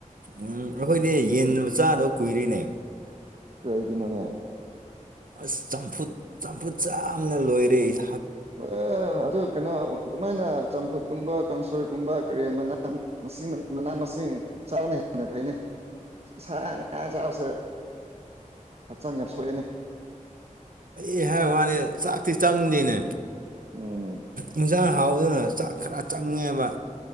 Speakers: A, on the right; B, on the right.
A: ꯎꯝ ꯑꯩꯈꯣꯏꯗꯤ ꯌꯦꯟ ꯃ ꯆꯥꯗꯕ ꯀꯨꯏꯔ‌ꯦꯅꯦ
B: ꯀꯩꯒꯤꯅ‌ꯣꯅ‌ꯦ
A: ꯑꯁ ꯆꯝꯐꯨꯠ ꯆꯝꯐꯨꯠ ꯆꯕꯅ ꯂꯣꯏꯔꯦꯥ
B: ꯑ ꯑꯗꯨ ꯀꯩꯅꯣ ꯃꯣꯏꯅ ꯆꯝꯐꯨꯠ ꯀꯨꯝꯕ ꯀꯥꯡꯁꯣꯏꯒꯨꯝꯕ ꯀꯔꯤ ꯃꯅꯥ ꯃꯅꯥ ꯃꯁꯤꯡ ꯆꯥꯕꯅ ꯍ‌ꯦꯟꯅ ꯐꯩꯅ‌ꯣ ꯁꯥ ꯉ ꯥꯆꯥꯕꯁꯦ ꯍꯛꯆꯥꯡ ꯌꯥꯝ ꯁꯣꯛꯑ‌ꯦꯅ‌ꯦ
A: ꯑꯦ ꯍꯥꯏꯕ ꯋꯥꯅꯦ ꯆꯥꯛꯇꯤ ꯆꯪꯗꯦꯅꯦ
B: ꯎꯝ
A: ꯏꯟꯁꯥꯡ ꯊꯥꯎꯗꯨꯅ ꯆꯥꯛ ꯆꯥ ꯆꯪꯉꯦꯕ